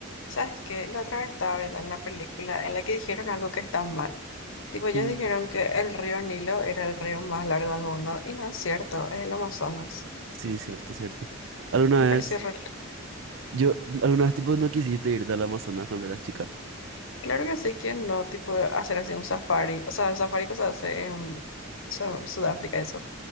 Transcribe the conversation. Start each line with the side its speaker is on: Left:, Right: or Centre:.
Left: ¿Sabes qué? La otra vez estaba viendo una película en la que dijeron algo que está mal. Tipo, ellos
Right: Mm.
Left: dijeron que el río Nilo era el río más largo del mundo y no es cierto, es el Amazonas.
Right: Sí, cierto, cierto. Alguna
Left: Me pareció
Right: vez,
Left: re-
Right: yo, alguna vez tipo no quisiste irte al Amazonas cuando eras chica.
Left: Claro que sí, ¿quién no? Tipo, hacer así un safari. O sea, el safari que se hace en Su- Sudáfrica, eso.